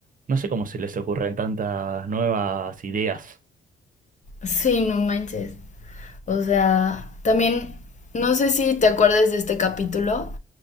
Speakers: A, on the right (about 45°); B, on the left (about 40°).
A: No sé cómo se les ocurren tantas nuevas ideas.
B: sí, no manches. O sea, también no sé si te acuerdas de este capítulo